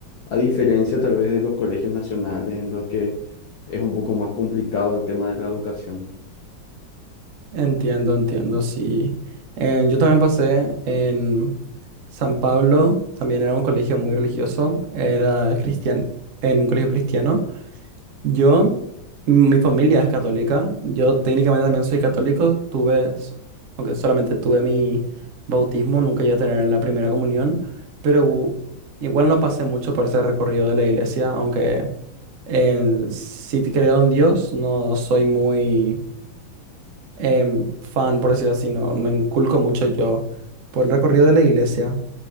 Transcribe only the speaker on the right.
Entiendo, entiendo, sí. Eh, yo también pasé en San Pablo, también era un colegio muy religioso, era cristian en un colegio cristiano. Yo, mi familia es católica. Yo técnicamente también soy católico. Tuve, s- aunque solamente tuve mi bautismo, nunca llegué a tener la primera comunión, pero hu- igual no pasé mucho por ese recorrido de la iglesia, aunque en- sí creo en Dios, no soy muy em, fan, por decirlo así, no me inculco mucho yo por el recorrido de la iglesia.